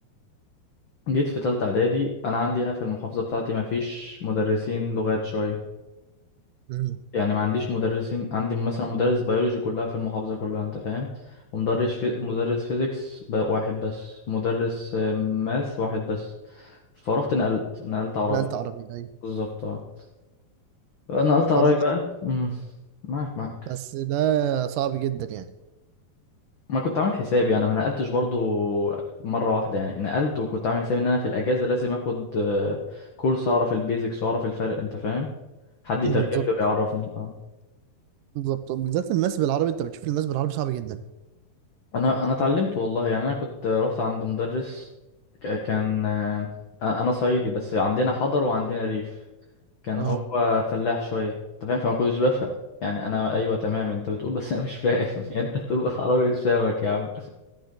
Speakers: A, on the left; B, on the right.
A: جيت في تالتة إعدادي أنا عندي هنا في المحافظة بتاعتي ما فيش مدرسين لغات شوية
B: مم.
A: يعني ما عنديش مدرسين عندي مثلا مدرس بيولوجي كلها في المحافظة كلها انت فاهم ومدرس في... مدرس فيزيكس ب... واحد بس مدرس آه، ماث واحد بس فروحت نقلت نقلت عربي
B: نقلت عربي أيوة
A: بالظبط اه نقلت عربي
B: طب ما
A: بقى امم معاك معاك
B: بس ده صعب جدا يعني
A: ما كنت عامل حسابي انا ما نقلتش برضو مرة واحدة يعني نقلت وكنت عامل حسابي ان انا في الاجازة لازم اخد آه، كورس اعرف البيزكس واعرف الفرق انت فاهم حد يترجم
B: بالظبط
A: لي ويعرفني اه
B: بالظبط بالذات الماس بالعربي أنت بتشوف الماس بالعربي صعب جدا
A: انا انا اتعلمت والله يعني انا كنت رحت عند مدرس ك- كان آه، انا صعيدي بس عندنا حضر وعندنا ريف كان
B: أه
A: هو فلاح شويه انت فاهم فما كنتش بفهم يعني انا ايوه تمام انت بتقول بس <laughs> انا مش فاهم <laughs> يعني انت بتقول بالعربي مش فاهمك يا عم